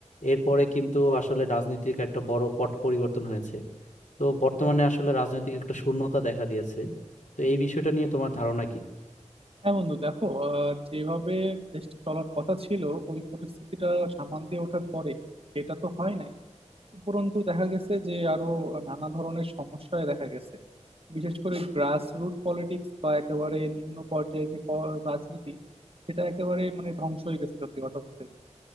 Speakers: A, on the left (about 80°); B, on the right (about 50°).
A: এরপরে কিন্তু আসলে রাজনীতির একটা বড় পট পরিবর্তন হয়েছে তো বর্তমানে আসলে রাজনৈতিক একটা শূন্যতা দেখা দিয়েছে তো এই বিষয়টা নিয়ে তোমার ধারণা কি
B: হ্যাঁ বন্ধু দেখো আহ, যেভাবে দেশটা চলার কথা ছিল ওই পরিস্থিতিটা সামাল দিয়ে ওঠার পরে সেটা তো হয় নাই উপরন্তু দেখা গেছে যে আরো নানা ধরনের সমস্যায় দেখা গেছে বিশেষ করে গ্রাস রুট পলিটিক্স বা একেবারে নিম্ন পর্যায়ে যে প- রাজনীতি সেটা একেবারে মানে ধ্বংস হয়ে গেছে সত্যি কথা বলতে গেলে